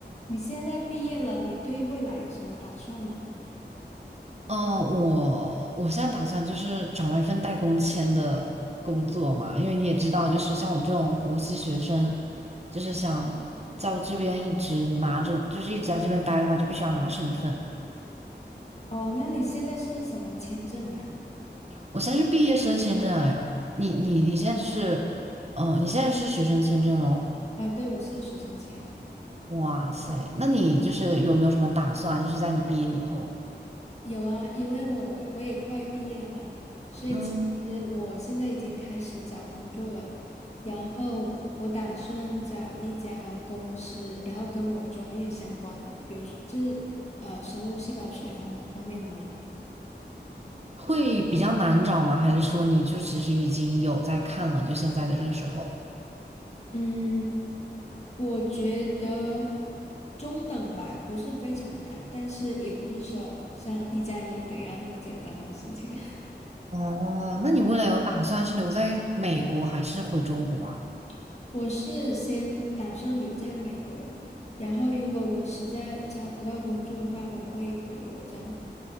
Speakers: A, on the left; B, on the right.
A: 你现在毕业了，你对未来有什么打算吗？
B: 嗯，我我现在打算就是找到一份带工签的工作嘛，因为你也知道，就是像我这种国际学生，就是想在我这边一直拿着，就是一直在这边待的话，就必须要拿身份。
A: 哦，那你现在是什么签证啊？
B: 我现在是毕业生签证，哎，你你你现在是，嗯，你现在是学生签证哦，
A: 啊，对，我是学生签。
B: 哇塞，那你就是有没有什么打算，就是在你毕业以后，
A: 有啊，因为我我也快毕业了嘛，所以其实我现在已经开始找工作了。
B: 嗯，
A: 然后我打算找一家公司，然后跟我专业相关的，比如是呃生物细胞学方方面的嘛。
B: 会比较难找吗？还是说你就其实已经有在看了，就现在的这个时候？
A: 嗯，我觉得中等吧，不是非常难，但是也不是说像一加一等于二那么简单的事情。
B: 哦，那你未来有打算是留在美国还是回中国啊？
A: <laughs> 我是先打算留在美国，然后如果我实在找不到工作的话，我会回国这样。